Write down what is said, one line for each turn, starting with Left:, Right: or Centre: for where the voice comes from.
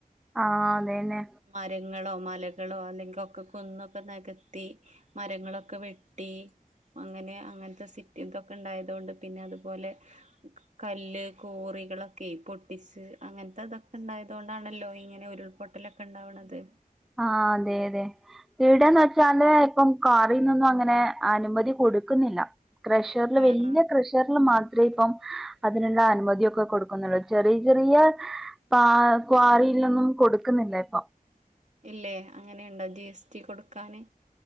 Centre: ആഹ് അതെന്നെ
Right: മരങ്ങളോ മലകളോ അല്ലെങ്ക ഒക്കെ കുന്നൊക്കെ നെകത്തി മരങ്ങളൊക്കെ വെട്ടി അങ്ങനെ അങ്ങൻത്തെ സി ഇതൊക്കെ ഇണ്ടായതുകൊണ്ട് പിന്നെ അതുപോലെ കല്ല് കോറികളൊക്കെ പൊട്ടിച്ച് അങ്ങൻത്തെ തൊക്കെ ഇണ്ടായ തൊണ്ടാണല്ലോ ഇങ്ങനെ ഉരുൾപൊട്ടലൊക്കെ ഇണ്ടാവ്ണത്
Centre: ആഹ് അതെ അതെ ഇവിടെന്ന് വെച്ചാല് ഇപ്പം കാറിന്നൊന്നും അങ്ങനെ അനുമതി കൊടുക്കുന്നില്ല കുഷറ്ല്
Right: ആഹ്
Centre: വല്യ കൃ റ്‌ല് മാത്ര ഇപ്പം അതിനുള്ള അനുമതിയൊക്കെ കൊടുക്കുന്നുള്ളൂ ചെറിയ ചെറിയ പാ ക്വാറിയിലൊന്നും കൊടുക്കുന്നില്ല ഇപ്പൊ
Right: ഇല്ലേ അങ്ങനെയുണ്ടാ ജി എസ് ടി കൊടുക്കാന്